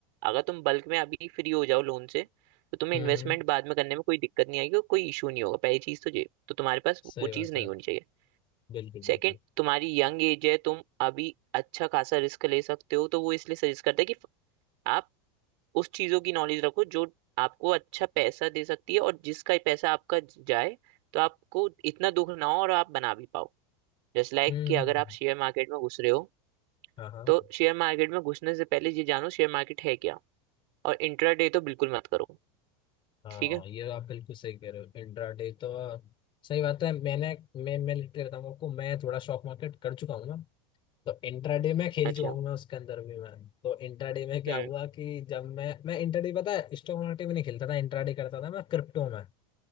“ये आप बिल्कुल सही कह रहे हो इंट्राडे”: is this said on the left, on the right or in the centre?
Left